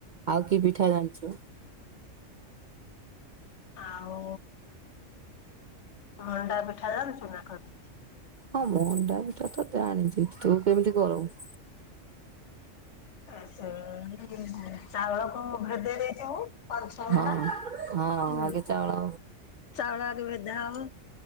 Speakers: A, on the right; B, on the left.
A: ଆଉ କି ପିଠା ଜାଣିଛୁ?
B: ଆଉ ମଣ୍ଡା ପିଠା ଯାଣିଚୁ ନା କରି?
A: ହଁ ମଣ୍ଡା ପିଠା ତ ଜାଣିଛି ତୁ କେମିତି କରଉ?
B: ଏ ସେଇ ଚାଉଳକୁ ଭେଦେଇ ଦେଇଥିବୁ ପାଞ୍ଚ ଛଅ ଘଣ୍ଟା।
A: ହଁ ହଁ
B: ହୁଁ
A: ଆଗେ ଚାଳ
B: ଚାଉଳ ଆଗେ ଭେଦା ହବ